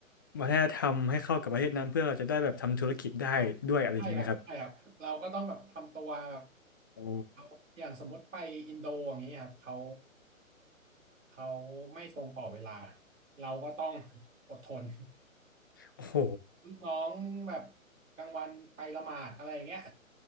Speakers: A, on the left (about 15°); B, on the right (about 65°).
A: วัฒนธรรมให้เข้ากับประเทศนั้นเพื่อเราจะได้แบบทำธุรกิจได้ด้วยอะไรอย่างนี้ไหมครับ
B: ใช่ครับใช่ครับเราก็ต้องแบบทำตัวแบบ
A: โอ้
B: เขาอย่างสมมติไปอินโดอย่างเงี้ยครับเขาเขาไม่ตรงต่อเวลาเราก็ต้องอดทน
A: โอ้โห
B: ลูกน้องแบบกลางวันไปละหมาดอะไรอย่างเงี้ย